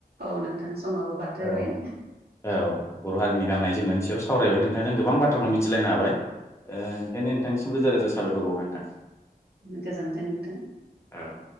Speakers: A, on the right; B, on the left.
A: औ नोंथां समाबो बाद्रायबाय
B: औ औ बर' हारिनि गाननाय जोमनायनि सायाव सावरायबाय नोंथांजों गोबां बाथ्राखौ मिथिलायनो हाबाय ओंखायनो नोंथांसिम रोजा रोजा साबायखर बावबाय नोंथां
A: गोजोन्थों नोंथां
B: औ